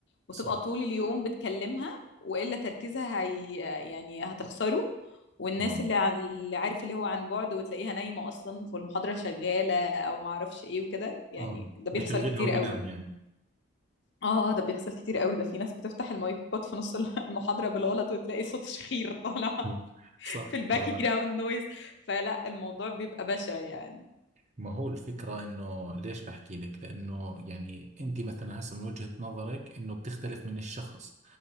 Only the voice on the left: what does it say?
وتبقى
طول اليوم بتكلمها والا تركيزها هي يعني هتخسره والناس
اللي ع- اللي عارف اللي هو عن بعد وتلاقيها نايمة اصلا والمحاضرة شغالة او معرفش ايه وكده يعني
ده
بيحصل كتير
قوي
اه اه ده بيحصل كتير قوي ده في ناس بتفتح المايكات في نص المحاضرة بالغلط وتلاقي صوت شخير طالع
<laughs>
في الباك
جراوند نويز فلا الموضوع بيبقى بشع يعني